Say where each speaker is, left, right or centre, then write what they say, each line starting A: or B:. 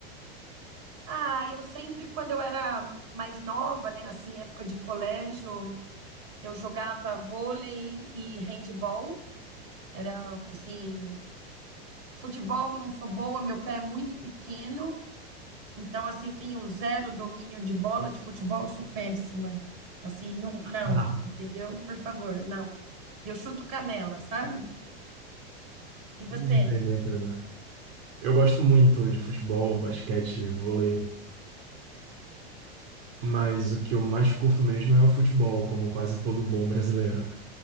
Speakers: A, on the right (about 45°); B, on the right (about 65°).
A: Ah, eu sempre, quando eu era mais nova, né? Assim, época de colégio, eu jogava vôlei e handball. Era, assim, futebol não sou boa, meu pé é muito pequeno, Então, assim, eu tenho zero domínio de bola de futebol, eu sou péssima. Assim, não, não,
B: Ah,
A: entendeu? Por favor, não. Eu chuto canela, sabe? E você?
B: entendo, entendo. Eu gosto muito de futebol, basquete, vôlei, mas o que eu mais curto mesmo é o futebol, como quase todo bom brasileiro.